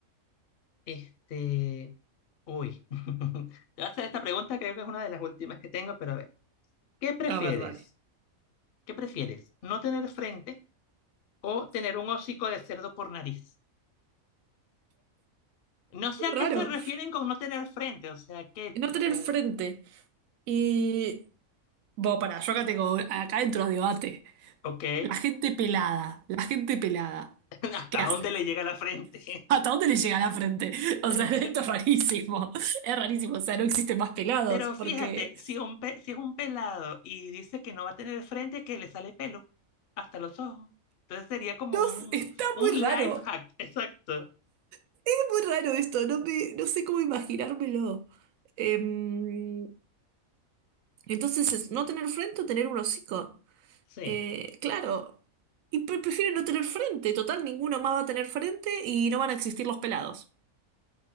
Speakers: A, on the left; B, on the right.
A: Este, uy, <laughs> te voy a hacer esta pregunta, creo que es una de las últimas que tengo, pero a ver, ¿qué prefieres?
B: A ver, dale.
A: ¿Qué prefieres? ¿No tener frente o tener un hocico de cerdo por nariz? No sé a
B: Raro.
A: qué se refieren con no tener frente, o sea, que,
B: No tener
A: eh,
B: frente. Y... Bueno, pará, yo acá tengo... Acá dentro a debate.
A: ok,
B: La gente pelada. La gente pelada.
A: <laughs> ¿hasta
B: ¿Qué
A: dónde
B: hace?
A: le llega la frente?
B: ¿Hasta dónde le llega la frente? O
A: <laughs>
B: sea, <laughs> esto es rarísimo. Es rarísimo. O sea, no existen más pelados
A: Pero fíjate,
B: porque...
A: si, un pe- si es un pelado y dice que no va a tener frente, que le sale pelo hasta los ojos. Entonces sería como
B: No,
A: un,
B: s- está
A: un
B: muy raro.
A: life hack, <laughs> exacto.
B: Es muy raro esto. No me, no sé cómo imaginármelo. Em, entonces, es no tener frente o tener un hocico.
A: Sí.
B: Eh, claro. Y pre- prefiero no tener frente. Total, ninguno más va a tener frente y no van a existir los pelados. <laughs>